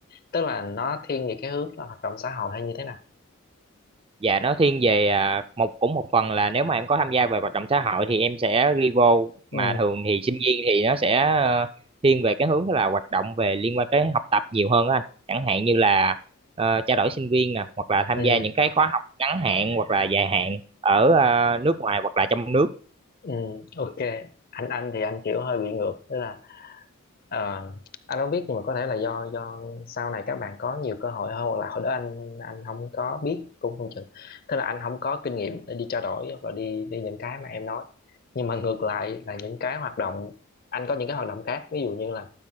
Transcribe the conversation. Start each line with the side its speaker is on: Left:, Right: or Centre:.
Left: tức là nó thiên về cái hướng là hoạt động xã hội hay như thế nào
Right: Dạ nó thiên về à, một cũng một phần là nếu mà em có tham gia về hoạt động xã hội thì em sẽ ghi vô mà
Left: ừ
Right: thường thì sinh viên thì nó sẽ ờ, thiên về cái hướng là hoạt động về liên quan tới học tập nhiều hơn á anh chẳng hạn như là ờ, trao đổi sinh viên nè hoặc là tham
Left: ừ
Right: gia những cái khóa học ngắn hạn hoặc là dài hạn ở
Left: ừ
Right: ờ, nước ngoài hoặc là trong nước
Left: ừ ok anh anh thì anh kiểu hơi bị ngược tức là Ờ, anh không biết nhưng mà có thể là do do sau này các bạn có nhiều cơ hội hơn hoặc là hồi đó anh anh không có biết cũng không chừng tức là anh không có kinh nghiệm để đi trao đổi hoặc là đi đi những cái mà em nói nhưng mà ngược lại là những cái hoạt động anh có những cái hoạt động khác ví dụ như là